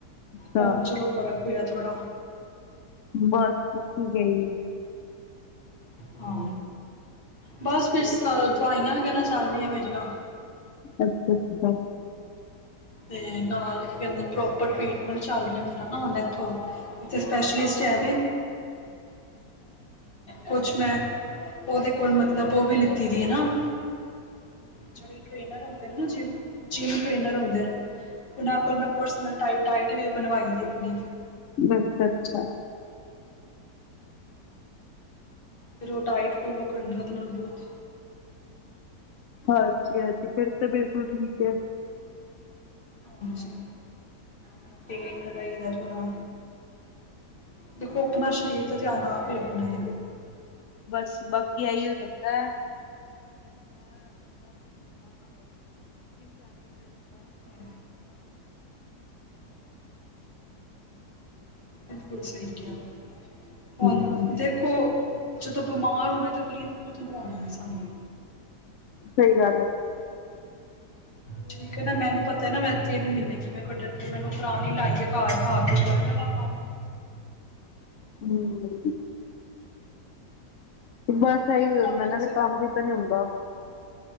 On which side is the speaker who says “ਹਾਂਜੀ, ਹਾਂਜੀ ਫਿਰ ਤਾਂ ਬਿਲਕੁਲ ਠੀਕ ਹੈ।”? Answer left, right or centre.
Left